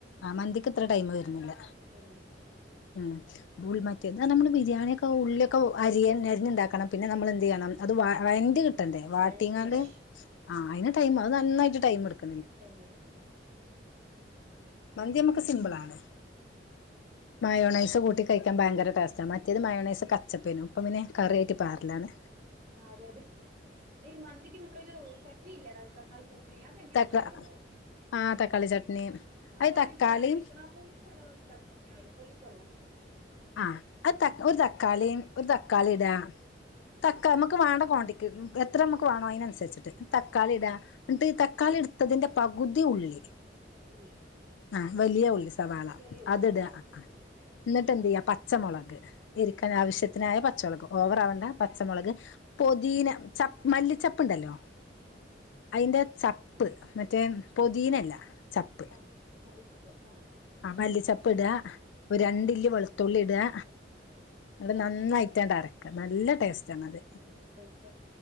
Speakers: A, on the left; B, on the right.
A: ആഹ് മന്തിക്ക് ഇത്ര ടൈം വര്ന്നില്ല
B: വെര്ന്നില്ല
A: ഉം ഉൾ മറ്റേന്ന് പറഞ്ഞ നമ്മള് ബിരിയാണിയൊക്കെ ഉള്ളിക്കെ അരിയ അരിഞ്ഞ്ണ്ടാക്കണം പിന്നെ
B: ഓ
A: നമ്മൾ എന്ത് ചെയ്യണം അത് വ വരണ്ട്കിട്ടണ്ടേ വാട്ടിങ്ങാണ്ട്
B: വഴറ്റിയെടുക്കണം
A: ആ അയിന് ടൈം അത് നന്നായിട്ട് ടൈം എടുക്കും.
B: ടൈമെടുക്കും.
A: മന്തി നമ്മക്ക് സിമ്പിളാണ് മയോണൈസ് കൂട്ടി കഴിക്കാൻ ഭയങ്കര ടേസ്റ്റ്. മറ്റേത് മയോണെസും കച്ചപ്പെനു ഇപ്പ പിന്നെ കറിയായിട്ട് പാരലാണ്.
B: ആ അതെ അതെ ഈ മന്തിക്ക് നമ്മളൊരു ചട്നിഇല്ലെടാ ഒരു തക്കാളി ചട്നി. എയ് അതെങ്ങനാെന്നറിയോ
A: തക്ക ആ തക്കാളി ചട്നി
B: അതാണ്
A: അത് തക്കാളീം
B: എനിക്ക് ഭയങ്കര ഇഷ്ടമാണ് ആ പുളി പ്പുള്ള ഒരു തക്കാൽ ചട്നിയാണല്ലോ പുളിപ്പുളേ
A: ആഹ അത് ഒരു തക്കാളി ഒരു തക്കാളി ഇടാ
B: ആ
A: തക്കാളി മ്മക്ക് വേണ്ട ക്വാണ്ടിറ്റക്ക്‌ എത്ര നമുക്ക് വേണോ അതിനനുസരിച്ചിട്ട് തക്കാളി ഇടാ
B: ആ
A: എന്നി്ട്ട് തക്കാളിട് തിന്റെ പകുതി ഉള്ളി.
B: ഉള്ളി.
A: ആ വലിയ ഉള്ളി സവാള
B: വെളിയുള്ളി
A: അത്ടാ.
B: സവാള
A: എന്നിട്ട് എന്ത് ചെയ്യാ പച്ചമുളക് എരിക്കാൻ
B: ആ
A: ആവശ്യത്തിനായ പച്ചമുളകും. ഓവറാവണ്ട പച്ചമുളക് പൊതിനാ ചപ്പ് മല്ലി ചപ്പുണ്ടല്ലോ?
B: ആഹ.
A: അതിന്റെ ചപ്പ് മറ്റേ പൊതിനെല്ല ചപ്പ്.
B: ആ മല്ലിചെപ്പ് ആ.
A: ആ മല്ലിച്ചപ്പ് ഇടാ ഒരു രണ്ടില്ലി വെളുത്തുള്ളി ഇടാ.
B: ആ.
A: ന്നട്ട് നന്നായിട്ടാണ്ട് അരക്ക നല്ല ടേസ്റ്റ് ആണത്.
B: നല്ല ടേസ്റ്റ്